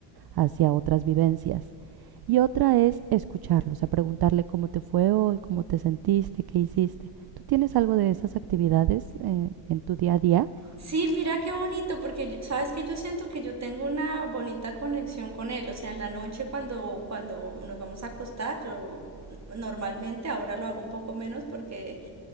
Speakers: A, on the right (about 50°); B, on the right (about 35°).
A: hacia otras vivencias. Y otra es escucharlos, a preguntarle cómo te fue hoy, cómo te sentiste, qué hiciste. ¿Tú tienes algo de esas actividades eh, en tu día a día?
B: Sí, mira qué bonito, porque yo- sabes que yo siento que yo tengo una bonita conexión con él, o sea, en la noche cuando, cuando nos vamos a acostar, yo normalmente ahora lo hago un poco menos porque